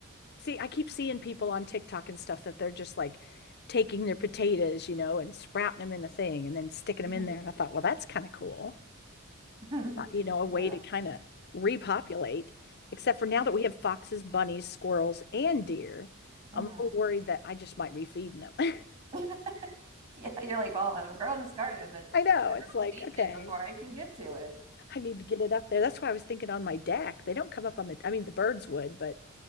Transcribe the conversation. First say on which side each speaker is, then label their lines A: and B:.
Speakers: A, on the left; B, on the right.
A: See, I keep seeing people on TikTok and stuff that they're just like taking their potatoes, you know, and sprouting them in a thing and then sticking them
B: Mhm.
A: in there. And I thought, well, that's kind of cool.
B: <laughs>
A: uh, you know, a way
B: Yeah.
A: to kind of repopulate. Except for now that we have foxes, bunnies, squirrels, and deer,
B: hmm
A: I'm a little worried that I just might be feeding them. <laughs>
B: <laughs> Yeah, you're like, well, I'm growing this garden, but
A: I know.
B: everyone's
A: It's like,
B: eating
A: okay,
B: it before I can get to it.
A: I need to get it up there. That's why I was thinking on my deck. They don't come up on the, I mean, the birds would, but